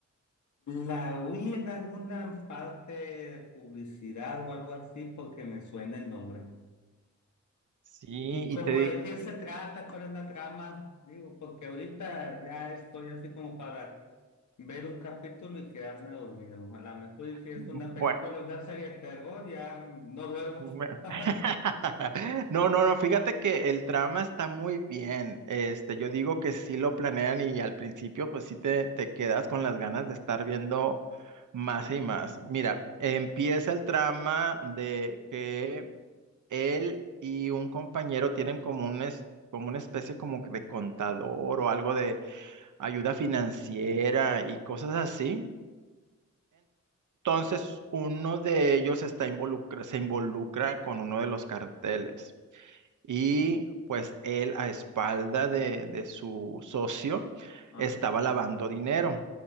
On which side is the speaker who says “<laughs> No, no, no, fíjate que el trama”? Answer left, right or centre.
Right